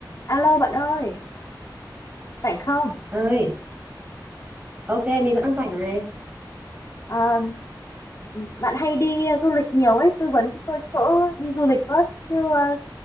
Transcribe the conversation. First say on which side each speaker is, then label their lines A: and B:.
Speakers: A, on the left; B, on the right.
A: Alo bạn ơi, rảnh không?
B: ơi ok mình vẫn đang rảnh này
A: Ờ, bạn hay đi du lịch nhiều ấy, tư vấn cho tôi chỗ đi du lịch với. Chứ ờ,